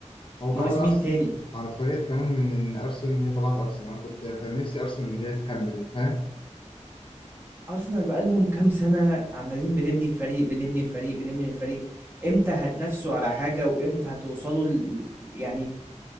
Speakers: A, on the left; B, on the right.
A: هو
B: ناقص
A: كمان ارسنال
B: مين تاني
A: انا اتفاجئت كمان من ان ارسنال إن هي طلعت ارسنال انا كنت كان نفسي ارسنال ان هي تكمل انت فاهم
B: ارسنال بقالهم كام سنه عمالين بنبني الفريق بنبني الفريق بنبني الفريق امتى هتنافسوا على حاجه وامتى هتوصلوا ل... يعني